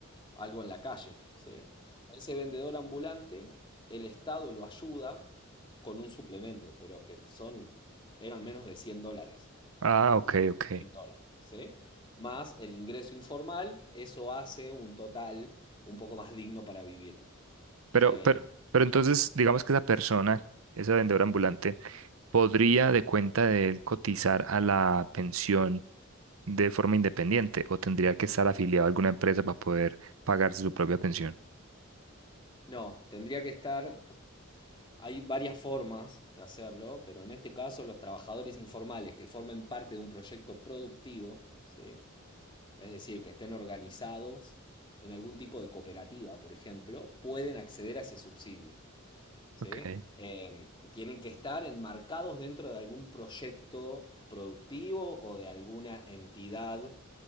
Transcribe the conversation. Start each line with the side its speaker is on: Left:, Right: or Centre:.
Left: algo en la calle. ¿sí? A ese vendedor ambulante, el Estado lo ayuda con un suplemento, pero que son, eran menos de 100 dólares
Right: Ah, ok, ok.
Left: en dólar. ¿sí? Más el ingreso informal, eso hace un total un poco más digno para vivir.
Right: Pero,
Left: Eh,
Right: pero, pero entonces, digamos que esa persona,
Left: Sí.
Right: esa vendedora ambulante, podría de cuenta de él cotizar a la pensión de forma independiente o tendría que estar afiliado a alguna empresa para poder pagarse su propia pensión.
Left: no, tendría que estar. Hay varias formas de hacerlo, pero en este caso los trabajadores informales que formen parte de un proyecto productivo, ¿sí? es decir, que estén organizados en algún tipo de cooperativa, por ejemplo, pueden acceder a ese subsidio. ¿sí?
Right: Ok,
Left: Eh, tienen que estar enmarcados dentro de algún proyecto productivo o de alguna entidad